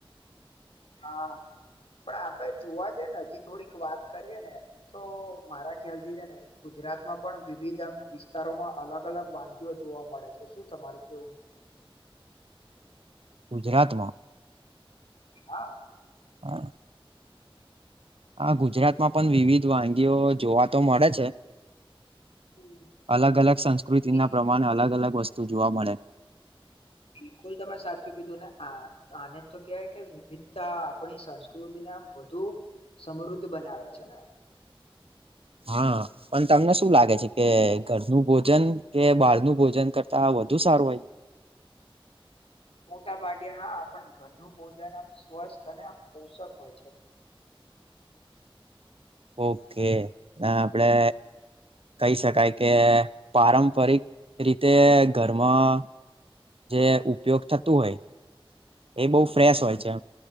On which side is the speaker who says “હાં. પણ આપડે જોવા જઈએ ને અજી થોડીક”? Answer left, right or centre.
Left